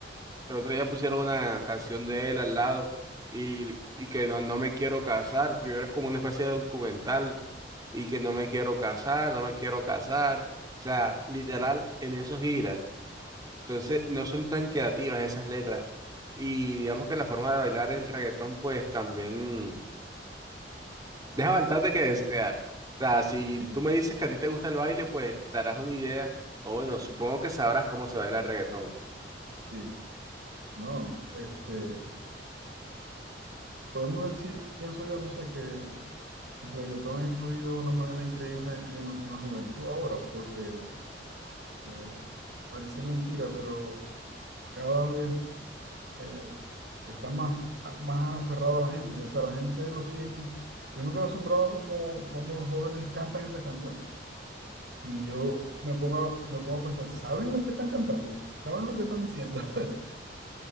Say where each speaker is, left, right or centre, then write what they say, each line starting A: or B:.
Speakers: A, on the right (about 20°); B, on the right (about 75°).
A: el otro día pusieron una canción de él al lado y, y que no, no me quiero casar. Primero es como una especie de documental y que no me quiero casar, no me quiero casar. O sea, literal, en eso gira. Entonces, no son tan creativas esas letras. Y digamos que la forma de bailar el reggaetón, pues también deja bastante que desear. O sea, si
B: <laughs> Sí,
A: tú me dices que a ti te gusta el baile, pues te harás una idea, o bueno, supongo que sabrás cómo se baila el reggaetón.
B: sí, sí. No, este, podemos decir, pienso yo, no sé, que el reggaetón ha influido de una manera increíble en, en la juventud ahora, porque eh, parece mentira, pero cada vez eh, está más, a- más aferrado a la gente. pues, o sea, la gente lo sigue. escu- Yo me quedo asombrado como, como los jóvenes cantan esas canciones. Y yo me pongo, a- me pongo a pensar, ¿saben lo que están cantando? ¿Saben lo que están diciendo? <laughs>